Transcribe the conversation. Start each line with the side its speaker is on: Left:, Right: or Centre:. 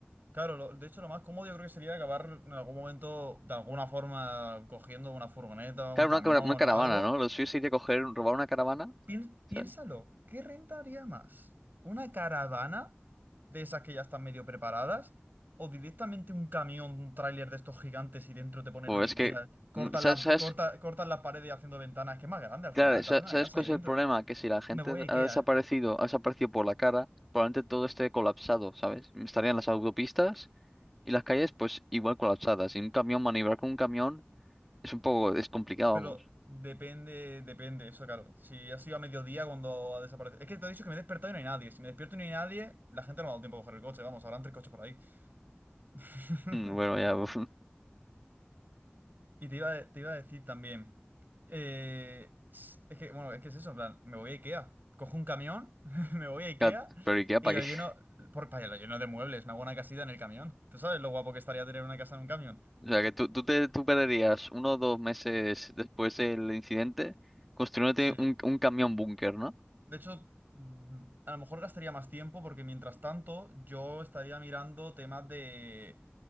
Right: claro, lo- de hecho lo más cómodo yo creo que sería acabar en algún momento de alguna forma cogiendo una furgoneta,
Centre: Claro,
Right: un camión
Centre: una, cara- una caravana,
Right: o algo
Centre: ¿no? Lo suyo sería coger, robar una caravana,
Right: Pién- piénsalo,
Centre: ¿sabes?
Right: ¿qué rentaría más? ¿Una caravana de esas que ya están medio preparadas? ¿O directamente un camión, un tráiler de estos gigantes y dentro te pones
Centre: Pues
Right: lo que
Centre: es que...
Right: quieras? Cortas
Centre: mm, ¿Sabes?
Right: la
Centre: sabes?
Right: corta, cortas las paredes haciendo ventanas, que es más grande al
Centre: Claro,
Right: final,
Centre: sa-
Right: te hace una
Centre: ¿sabes
Right: casa
Centre: cuál
Right: ahí
Centre: es
Right: dentro.
Centre: el problema? Que si la gente
Right: Me voy a IKEA,
Centre: ha desaparecido,
Right: ¿eh?
Centre: ha desaparecido por la cara, probablemente todo esté colapsado, ¿sabes? Estarían las autopistas. Y las calles, pues igual colapsadas. Y un camión, maniobrar con un camión es un poco, es complicado,
Right: Pero
Centre: vamos.
Right: depende, depende, eso claro. Si ha sido a mediodía cuando ha desaparecido. Es que te he dicho que me he despertado y no hay nadie. Si me despierto y no hay nadie, la gente no me ha dado tiempo a coger el coche, vamos, habrán tres coches por ahí. <laughs>
Centre: Mm, Bueno, ya, <laughs>
Right: Y te iba, a- te iba a decir también, eh, es es que, bueno, es que es eso, en plan, me voy a IKEA, cojo un camión, <laughs> me voy a IKEA
Centre: ya, pero ¿y qué?
Right: y
Centre: ¿Para
Right: lo
Centre: qué?
Right: lleno,
Centre: <laughs>
Right: por, vaya, lo lleno de muebles, me hago una casita en el camión. ¿Tú sabes lo guapo que estaría tener una casa en un camión?
Centre: O sea, que tú, tú, te, tú perderías uno o dos meses después del incidente construyéndote
Right: Sí.
Centre: un, un camión búnker, ¿no?
Right: De hecho, mm, a lo mejor gastaría más tiempo porque mientras tanto yo estaría mirando temas de